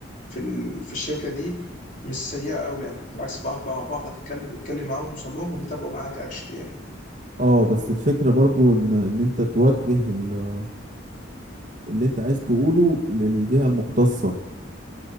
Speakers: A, on the left (about 40°); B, on the right (about 40°).
A: في ال- في الشركه دي مش سيئه قوي يعني بالعكس بعرف بعرف بعرف اتكلم اتكلم معاهم وتوصل لهم وبيتابعوا معاك اكشلي يعني
B: اه بس الفكرة برضو ان ان انت توجه ال... آه، اللي انت عايز تقوله للجهة المختصة